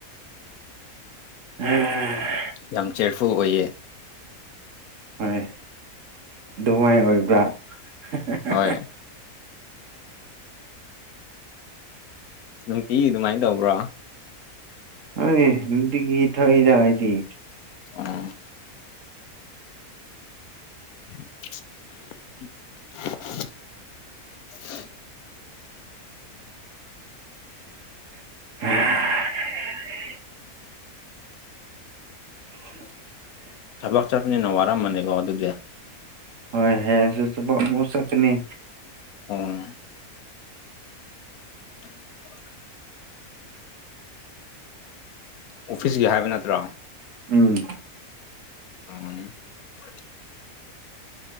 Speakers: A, on the right (about 60°); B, on the left (about 75°).
A: ꯑꯍꯦ
B: ꯌꯥꯝ ꯆꯤꯌꯔꯐꯨꯜ ꯑꯣꯏꯌꯦ
A: ꯍꯣꯏ ꯑꯗꯨꯃꯥꯏꯅ ꯑꯣꯏꯕ꯭ꯔꯥ ꯍꯦꯍꯦꯍꯦꯍ
B: ꯍꯣꯏ ꯅꯨꯡꯇꯤ ꯑꯗꯨꯃꯥꯏꯅ ꯇꯧꯕ꯭ꯔꯣ
A: ꯍꯣꯏꯅꯦ ꯅꯨꯡꯇꯤꯒꯤ ꯊꯣꯛꯏꯗ ꯑꯩꯗꯤ
B: ꯑꯥ <unintelligible>
A: <unintelligible> <inaudible>
B: ꯊꯕꯛ ꯆꯠꯄꯅꯤꯅ ꯋꯥꯔꯝꯃꯅꯤꯀꯣ ꯑꯗꯨꯗꯤ
A: ꯍꯣꯏ ꯍꯌꯦꯡꯁꯨ ꯊꯕꯛ ꯃꯨꯛ ꯆꯥꯠꯀꯅꯤ
B: ꯑꯣ <inaudible> ꯑꯣꯐꯤꯁꯀꯤ ꯍꯥꯏꯕ ꯅꯠꯇ꯭ꯔꯣ
A: ꯎꯝ
B: ꯑꯥ